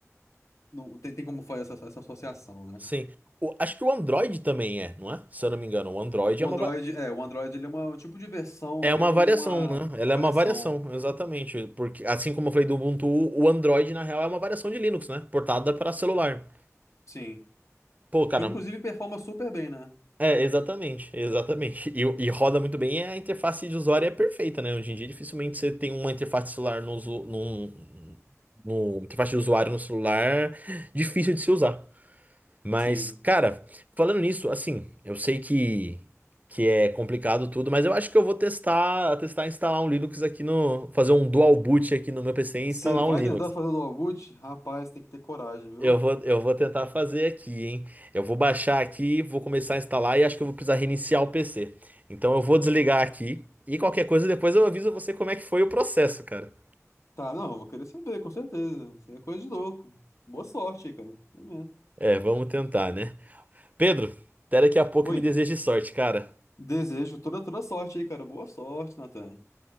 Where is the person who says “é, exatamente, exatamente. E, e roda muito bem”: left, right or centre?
Right